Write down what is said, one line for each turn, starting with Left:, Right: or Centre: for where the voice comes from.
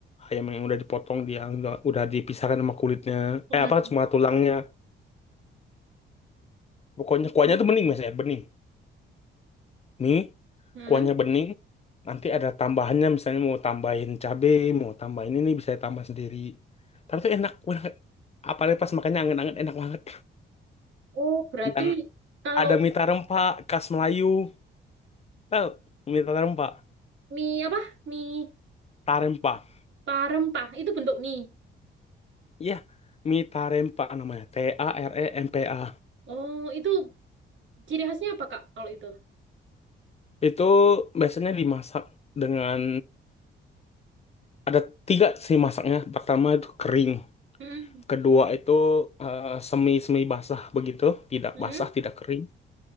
Left: ayam yang udah dipotong dia udah udah dipisahkan sama kulitnya.
Right: Hmm.
Left: Eh apa cuma tulangnya. Pokoknya
Right: Hmm.
Left: kuahnya tuh bening biasanya, bening. mie,
Right: Hmm.
Left: kuahnya bening, nanti ada tambahannya misalnya mau tambahin cabe, mau tambahin ini bisa tambah sendiri. Tapi itu enak banget. Apalagi pas makannya anget-anget enak banget.
Right: Oh, berarti
Left: Dan
Right: kalau
Left: ada mie tarempa khas Melayu. Tahu mie tarempa
Right: mie apa? Mie
Left: tarempa.
Right: parempah itu bentuk mie.
Left: Iya, mie tarempa namanya. T A R E M P A.
Right: Oh, itu ciri khasnya apa, Kak, kalau itu?
Left: Itu biasanya dimasak dengan ada tiga sih masaknya. Pertama itu kering.
Right: Hmm.
Left: Kedua itu eh, semi-semi basah begitu, tidak
Right: Hmm.
Left: basah, tidak kering.